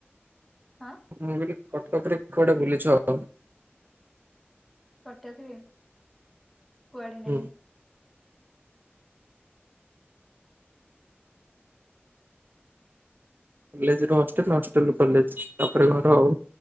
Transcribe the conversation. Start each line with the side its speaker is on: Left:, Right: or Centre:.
Centre: ହଁ।
Right: ମୁଁ କହିଲି କଟକରେ କୁଆଡେ ବୁଲିଛ? <unintelligible>
Centre: କଟକରେ କୁଆଡେ ନାହିଁ।
Right: ହୁଁ କଲେଜରୁ ହଷ୍ଟେଲ ହଷ୍ଟେଲରୁ କଲେଜ ତାପରେ ଘର ଆଉ